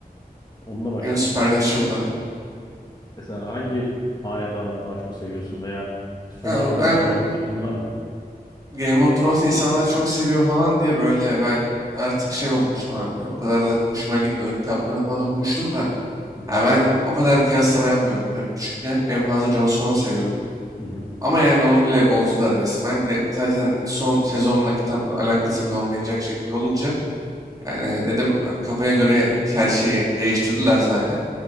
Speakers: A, on the left (about 25°); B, on the right (about 20°).
A: Onunla başlamıştım.
B: benim Supernatural'da.
A: Mesela hangi hanedanı daha çok seviyorsun veya sonu
B: Ben,
A: hakkında
B: ben
A: falan bir fikrin var mı?
B: Game of Thrones'u insanlar çok seviyor falan diye böyle ben artık şey olmuştum abi böyle. O kadar da hoşuma gitmiyordu. Kitaplarını falan okumuştum da.
A: Hı hı,
B: Ya ben o kadar kıyaslama yapmıyordum tabii küçükken. En fazla Jon Snow'u seviyordum.
A: hı hı,
B: Ama yani onu bile bozdular resmen. Bir de zaten son sezonla kitap alakası bile olmayacak şekilde olunca. Yani dedim kafaya göre her şeyi değiştirdiler zaten.